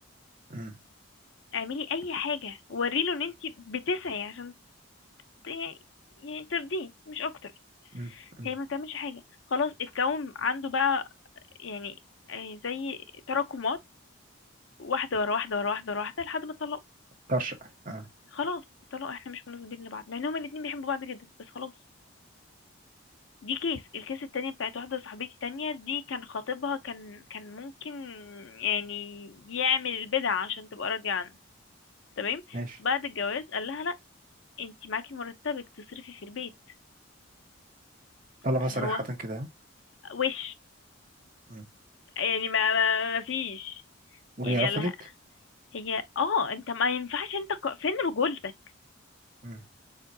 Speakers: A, on the right; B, on the left.
A: مم.
B: اعملي اي حاجه وريله ان انت بتسعي عشان ت- يعني ترضيه مش اكتر
A: مم. مم.
B: هي ما بتعملش حاجه خلاص اتكون عنده بقى يعني آه، زي تراكمات واحده ورا واحده ورا واحده ورا واحده لحد ما اتطلقوا
A: طرش اه
B: خلاص اتطلقوا احنا مش مناسبين لبعض مع ان هما الاتنين بيحبوا بعض جدا بس خلاص دي كيس الكيس التانية بتاعت واحدة صاحبتي تانية دي كان خطيبها كان كان ممكن يعني يعمل البدع عشان تبقى راضية عنه تمام
A: ماشي
B: بعد الجواز قال لها لا انتي معاكي مرتبك تصرفي في البيت
A: طلبها
B: فاللي
A: صريحة
B: هو
A: كده ها؟
B: وش
A: مم.
B: يعني ما ما, ما فيش
A: وهي
B: يعني
A: رفضت
B: قال لها هي اه انت ما ينفعش انت ك- فين رجولتك
A: مم.